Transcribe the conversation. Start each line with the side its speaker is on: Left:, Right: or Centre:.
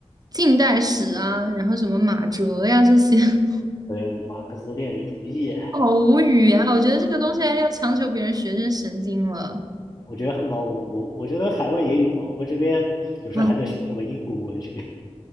Right: 近代史啊，然后什么马哲呀这些，<laughs>
Left: 对马克思列宁主义，
Right: 好无语啊！我觉得这个东西还要强求别人学，真神经了
Left: 我觉得老我我觉得海外也有啊，我们这边有时候还在学什么英国文学
Right: 啊！